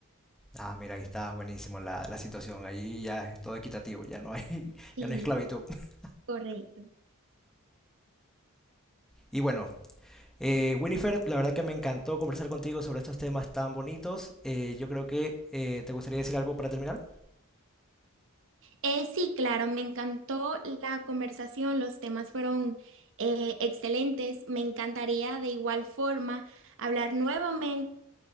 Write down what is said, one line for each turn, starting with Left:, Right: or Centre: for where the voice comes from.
Centre: Ah, mira, aquí está buenísimo la, la situación. Ahí ya es todo equitativo, ya no hay, <laughs>
Right: Sí,
Centre: ya no hay esclavitud. <laughs>
Right: correcto.
Centre: Y bueno, Eh, Winifred, la verdad que me encantó conversar contigo sobre estos temas tan bonitos. Eh, yo creo que eh, te gustaría decir algo para terminar.
Right: Eh, sí, claro, me encantó la conversación, los temas fueron eh, excelentes. Me encantaría de igual forma hablar nuevamente